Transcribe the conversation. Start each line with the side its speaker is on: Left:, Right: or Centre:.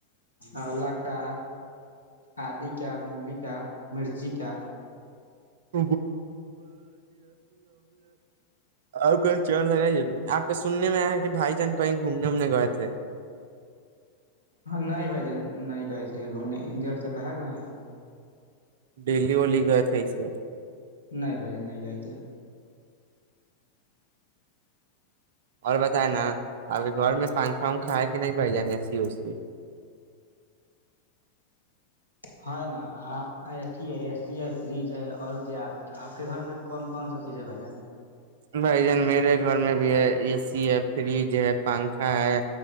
Left: اولا کا آدی کا مولی کا مرچی کا
Right: <unintelligible> آم کا اچار لگائی آپ کا سننے میں آیا ہے کہ بھائی جان کئی گھومنے وومنے گیے
Left: نہیں بھائی جان نہیں گئے تھے گھومنے اتنے دیر سے کہا گے ہے
Right: ڈیلی ویلی گے تھے ایسے
Left: نہیں بھائی جان نہیں گئے تھے
Right: اور بتائے نا آپ کے گھر میں پنکھا ونکھا ہے کہ نہیں بھآئی جان ایسی اوسی
Left: ہے نا اے سی ہے فریج ہے اور کیا آپ آپ کے گھر میں کون کون سا چیز ہے بھائی جان
Right: بھائی جان میرے گھر میں بھی ہے اے سی ہے فریج یہ ہے پنکھا ہے